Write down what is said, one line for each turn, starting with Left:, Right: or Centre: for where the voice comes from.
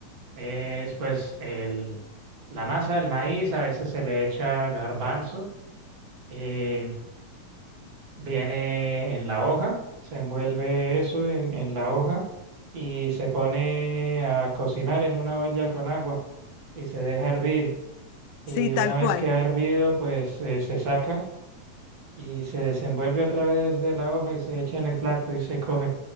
Right: Es pues el, la masa del maíz, a veces se le echa garbanzo, eh, viene en la hoja, se envuelve eso en, en la hoja y se pone a cocinar en una olla con agua y se deja hervir. Y
Left: Sí,
Right: una
Left: tal
Right: vez
Left: cual.
Right: que ha hervido, pues eh, se saca y se desenvuelve a través de la hoja y se echa en el plato y se come.